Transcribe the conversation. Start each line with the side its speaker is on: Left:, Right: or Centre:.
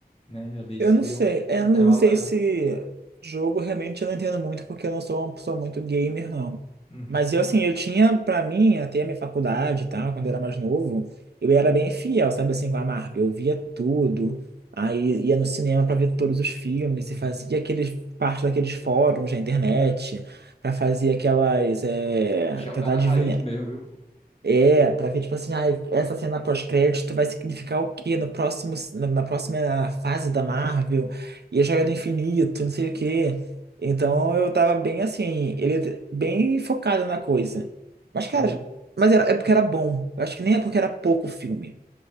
Left: né? Ali
Right: Eu
Left: seria
Right: não sei,
Left: um
Right: eu
Left: intervalo
Right: não sei
Left: legal.
Right: se jogo realmente eu não entendo muito, porque eu não sou uma pessoa muito gamer, não.
Left: Uhum,
Right: Mas eu, assim, eu tinha, pra mim, até a minha faculdade e tal, quando eu era mais novo, eu era bem fiel, sabe, assim, com a Marvel. Eu via tudo, aí ia no cinema pra ver todos os filmes,
Left: uhum.
Right: e fazia aqueles, parte daqueles fóruns da internet, pra fazer aquelas, é,
Left: Achar
Right: tentar
Left: o cara
Right: adivinhar,
Left: raiz mesmo, viu, pô?
Right: É, pra ver, tipo assim, ah, essa cena pós-crédito vai significar o quê no próximo, na na próxima fase da Marvel? E a Joia do Infinito, não sei o quê. Então eu tava bem assim, ele bem focado na coisa. Mas, cara,
Left: Uhum,
Right: mas era, é porque era bom. Eu acho que nem é porque era pouco filme.